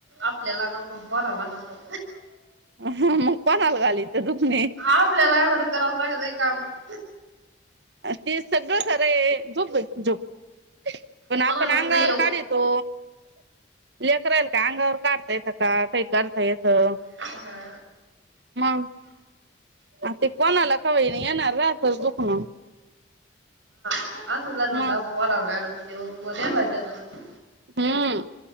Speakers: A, on the right (about 80°); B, on the right (about 60°).
A: आपल्याला नको पोराला नको.
B: मग कोणाला घालायचं दुखणे?
A: आपल्याला आल तरी करावच लागत कामं.
B: आ ते सगळं खरं ये झोप बाई झोप. पण
A: कोणालाच
B: आपण अंगावर
A: नाही येऊ
B: काढीत तो, लेकरायल काय अंगावर काढता येतं का काही करता येतं!
A: हा!
B: मग. आ ते कोणाला का होईना येणार राहतच दुखणं.
A: <unintelligible>
B: मग हम्म!